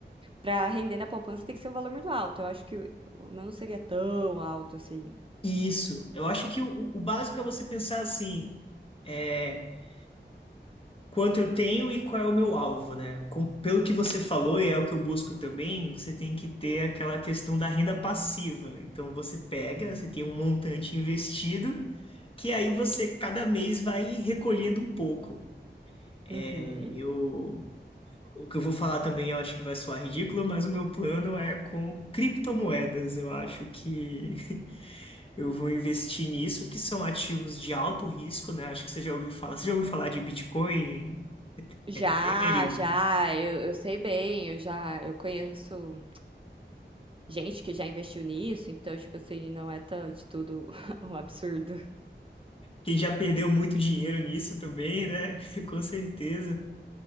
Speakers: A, on the right; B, on the left.
A: pra render na poupança tem que ser um valor muito alto. Eu acho que o meu não seria tão alto assim.
B: Isso. Eu acho que o, o básico é você pensar assim. é, quanto eu tenho e qual é o meu alvo, né? Com- pelo que você falou, e é o que eu busco também, você tem que ter aquela questão da renda passiva. Então você pega, você tem um montante investido, que aí você cada mês vai recolhendo um pouco.
A: Uhum.
B: É, Eu, o que eu vou falar também, eu acho que vai soar ridículo, mas o meu plano é com criptomoedas. Eu acho que <laughs> eu vou investir nisso, que são ativos de alto risco, né? Acho que você já ouviu falar. Você já ouviu falar de Bitcoin?
A: Já,
B: Ethereum?
A: já, eu, eu sei bem, eu já, eu conheço gente que já investiu nisso, então, tipo assim, não é tão de tudo <laughs> um absurdo.
B: Quem já perdeu muito dinheiro nisso também, né? <laughs> Com certeza.